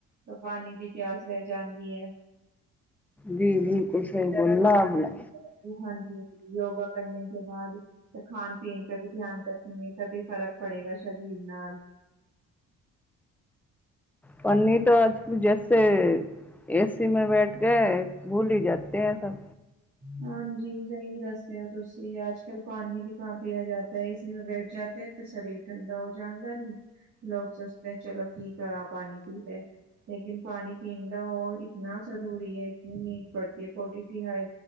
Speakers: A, on the right (about 65°); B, in the centre.
A: ਤਾਂ ਪਾਣੀ ਦੀ ਪਿਆ। ਰੈ ਜਾਂਦੀ ਹੈ,
B: ਜੀ ਬਿਲਕੁਲ ਸਹੀ ਬੋਲ
A: ਖਾਣਾ
B: ਬਣਾ,
A: ਹਾਂਜੀ ਯੋਗਾ ਕਰਨ ਤੋਂ ਬਾਅਦ ਖਾਣ-ਪੀਣ ਦਾ ਵੀ ਧਿਆਨ ਰੱਖਣਗੇ। ਤਾਂ ਵੀ ਫ਼ਰਕ ਪੜੇਗਾ ਸਰੀਰ ਨਾਲ,
B: ਪੰਨੀ ਤਾਂ ਅੱਜ-ਕੱਲ ਜੈਸੇ ਏਸੀ ਮੈਂ ਬੈਠ ਕੇਏ ਭੁੱਲ ਹੀ ਜਾਤੇ ਹੈ ਸਭ,
A: ਹਾਂਜੀ, ਸਹੀ ਦੱਸਦੇ ਹੋ ਤੁਸੀਂ ਆਜ-ਕੱਲ ਪਾਣੀ ਵੀ ਕਹਾ ਪਿਆ ਜਾ ਹੈ ਇਸ ਲਈ ਬੈ ਜਾਂਦੇ ਤੇ ਸਰੀਰ ਠੰਡਾ ਹੋ ਜਾਂਦਾ ਨੀ, ਲੋਕ ਸੋਚਦੇ ਚਲੋ। ਕੀ ਕਰਾ ਪਾਣੀ ਪੀ ਕੇ ਲੇਕਿਨ, ਪਾਣੀ ਪੀਂਦਾ ਹੋ ਇਤਨਾ ਜ਼ਰੂਰੀ ਹੈ, ਇਤਨੀ ਨੀਂਟ ਪੜਦੀ ਹੈ, ਪੋਟੀ ਦੀਹਾਈ